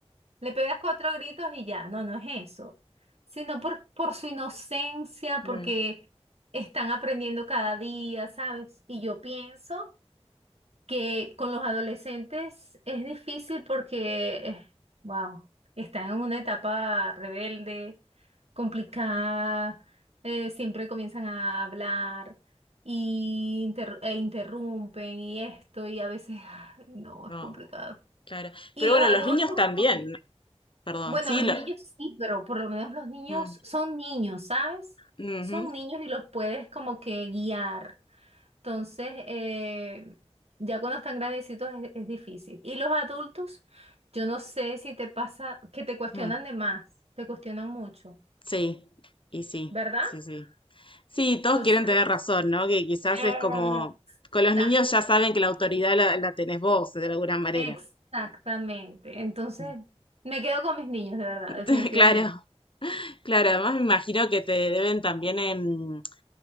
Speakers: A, on the right (about 70°); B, on the left (about 50°).
A: le pegas cuatro gritos y ya, no, no es eso, sino por, por su inocencia,
B: mm.
A: porque están aprendiendo cada día, ¿sabes? Y yo pienso que con los adolescentes es difícil porque, wow, están en una etapa rebelde, complicada, eh, siempre comienzan a hablar y inter- e interrumpen y esto, y a veces, ay, no,
B: No,
A: es complicado.
B: claro.
A: Y
B: Pero
A: los
B: bueno,
A: adultos,
B: los niños también,
A: como que-
B: perdón,
A: bueno,
B: sí,
A: los
B: lo-
A: niños sí, pero por lo menos los niños
B: Bueno,
A: son niños, ¿sabes?
B: mm,
A: Son
B: ujú,
A: niños y los puedes como que guiar. Entonces, eh, ya cuando están grandecitos es, es difícil. Y los adultos, yo no sé si te pasa que te cuestionan
B: mm,
A: de más, te cuestionan mucho,
B: sí, y sí,
A: ¿verdad?
B: sí, sí. Sí, todos
A: Entonces,
B: quieren tener razón, ¿no? Que quizás
A: Ah,
B: es como, con los
A: ta-
B: niños ya saben que la autoridad la, la tenés vos, de alguna manera.
A: exactamente. Entonces,
B: Mm.
A: me quedo con mis niños, de verdad,
B: <laughs>
A: definitivamente.
B: Claro, claro, además me imagino que te deben también, em,